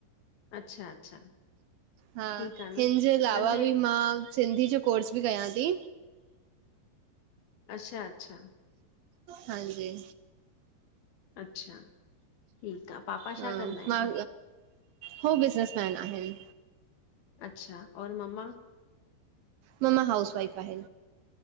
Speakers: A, on the left (about 65°); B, on the right (about 80°).
A: अच्छा अच्छा
B: हा
A: ठीकु आहे न
B: हिनजे अलावा
A: मुंहिंजे
B: बि मां सिंधी जो कोर्स बि कयां ती।
A: अच्छा अच्छा
B: हांजी
A: अच्छा ठीकु आ। पापा
B: हा
A: छा कंदा आहिनि?
B: मां हो बिज़नसमैन आहिन।
A: अच्छा और मम्मा?
B: मम्मा हाउस वईफ आहे।